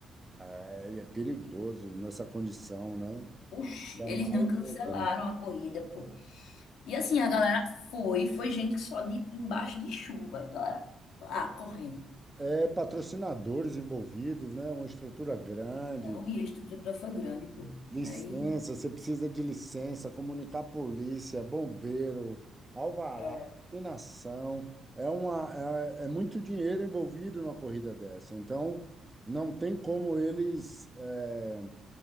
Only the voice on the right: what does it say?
É, e é perigoso nessa condição, né?
Ainda
mais
no trânsito.
É patrocinadores envolvidos, né? Uma estrutura grande,
licença,
você precisa de licença, comunicar a polícia, bombeiro, alvará,
iluminação. É uma, é, é muito dinheiro envolvido numa corrida dessa. Então, não tem como eles é,